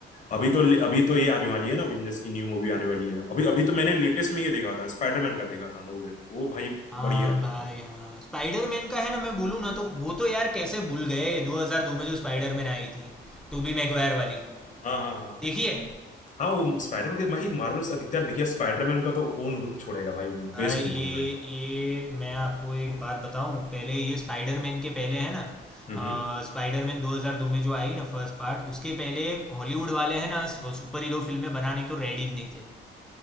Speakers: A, on the left (about 40°); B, in the centre.
A: अभी तो अभी तो ये आने वाली है ना अवेंजर्स की न्यू मूवी आने वाली है अभी अभी तो मैंने लेटेस्ट में ये देखा था स्पाइडरमैन का देखा था नो वे वो भाई
B: हाँ
A: बढ़िया थी
B: भाई
A: भाई
B: हाँ स्पाइडरमैन का है ना मैं बोलूँ ना तो वो तो यार कैसे भूल गए 2002 में जो स्पाइडरमैन आई थी टोबी मैगवायर वाली
A: हाँ हाँ हाँ
B: देखिए
A: हाँ वो स्पाइडरमैन के भाई मार्वल्स अधिकतर देखिए स्पाइडरमैन का तो कौन छोड़ेगा भाई वो
B: भाई
A: बेस्ट मूवी
B: ये
A: है भाई
B: ये मैं आपको एक बात बताऊं पहले ये स्पाइडरमैन के पहले है ना
A: हम्म हम्म।
B: स्पाइडरमैन 2002 में जो आई ना फर्स्ट पार्ट उसके पहले हॉलीवुड वाले हैं ना सुपर हीरो फिल्में बनाने को रेडी नहीं थे